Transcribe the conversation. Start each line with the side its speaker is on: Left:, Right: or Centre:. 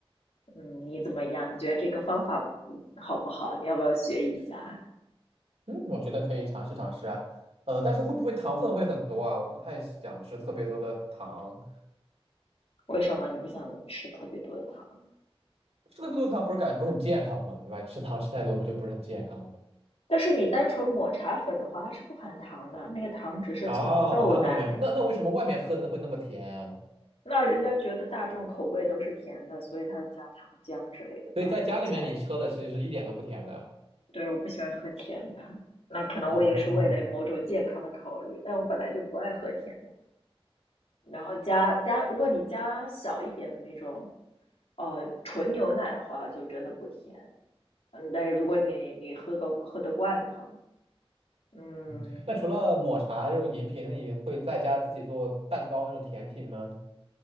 Left: 嗯，你怎么样？你觉得这个方法嗯好不好？你要不要学一下？
Right: 嗯，我觉得可以尝试尝试啊。呃，但是会不会糖分会很多啊？我不太想吃特别多的糖。
Left: 为什么你不想吃特别多的糖？
Right: 吃的不多糖不是感觉不是很健康吗？对吧？吃糖吃太多不就不是很健康吗？
Left: 但是你单纯抹茶粉的话，它是不含糖的，那个糖只是从豆奶。
Right: 哦，马汤喝那边是那那为什么外面喝的会那么甜啊？
Left: 那人家觉得大众口味都是甜的，所以它加糖浆之类的吧，
Right: 所以在家里面你喝的其实是一点都不甜的啊。
Left: 我猜。对，我不喜欢喝甜的，那可能我也是为了某种健康的考虑，
Right: 哦
Left: 但我本来就不爱喝甜的。然后加加，如果你加小一点的那种，呃，纯牛奶的话，就真的不甜。嗯，但如果你你喝个喝得惯的话，嗯。
Right: 嗯，那除了抹茶这种饮品，那你会在家自己做蛋糕那种甜品吗？